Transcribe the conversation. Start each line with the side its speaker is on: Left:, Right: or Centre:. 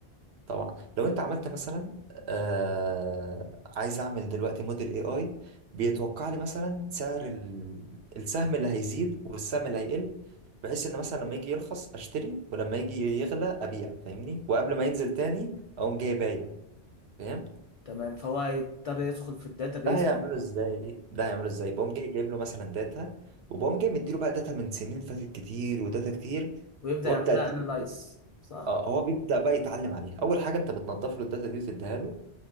Right: طبعا لو انت عملت مثلا آه... عايز اعمل دلوقتي موديل اي اي بيتوقع لي مثلا سعر ال... السهم اللي هيزيد والسهم اللي هيقل بحيث ان مثلا لما يجي يرخص اشتري ولما يجي يغلى ابيع فاهمني وقبل ما ينزل تاني اقوم جاي بايع فاهم
Left: تمام فهو هيضطر يدخل في الداتابيز
Right: ده هيعمله ازاي ده هيعمله ازاي بقوم جاي جايب له مثلا داتا وبقوم جاي مديله بقى داتا من سنين فاتت كتير وداتا كتير
Left: ويبدأ
Right: وابدا
Left: يعمل لها
Right: اديله
Left: انالايز صح
Right: اه هو بيبدأ بقى يتعلم عليها أول حاجة أنت بتنضف له الداتا دي وتديها له